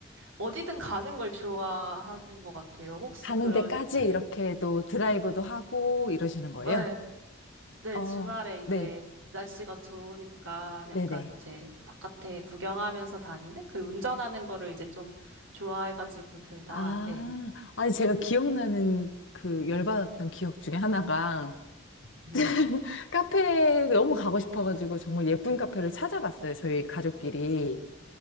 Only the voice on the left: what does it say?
가는
데까지
이렇게 또 드라이브도 하고 이러시는 거예요?
어,
네.
네네.
아,
아니, 제가 기억나는 그 열받았던 기억 중에 하나가,
<laughs> 카페 너무 가고 싶어가지고 정말 예쁜 카페를 찾아갔어요. 저희 가족끼리.